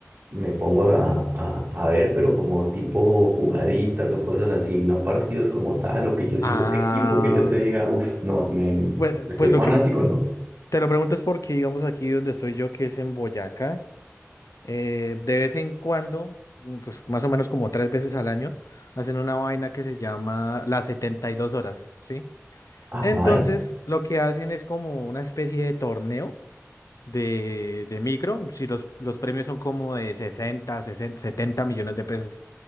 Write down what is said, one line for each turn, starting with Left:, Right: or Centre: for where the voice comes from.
Right: me pongo a, a- a ver, pero como tipo jugaditas o cosas así, no partidos como tal, o que yo siga
Left: Ah,
Right: un equipo que yo te diga, uff, no, me,
Left: pues,
Right: estoy
Left: pues
Right: fanático,
Left: lo que
Right: no.
Left: te lo pregunto es porque, digamos, aquí donde estoy yo, que es en Boyacá, eh, de vez en cuando, mm, pues más o menos como tres veces al año, hacen una vaina que se llama las 72 horas, ¿sí?
Right: Ajá.
Left: Entonces, lo que hacen es como una especie de torneo de, de micro, si los, los premios son como de 60 60, 70 millones de pesos.